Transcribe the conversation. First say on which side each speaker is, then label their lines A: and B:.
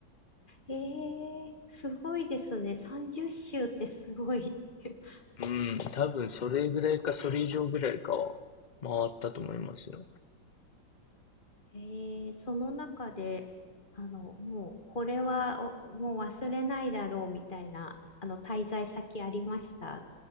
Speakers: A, on the left; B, on the left.
A: ええすごいですね。30週ってすごい。<laughs>
B: うん、多分それぐらいか、それ以上ぐらいかは回ったと思いますよ。
A: ええその中で、あの、もう、これはおもう忘れないだろうみたいな、あの、滞在先ありました。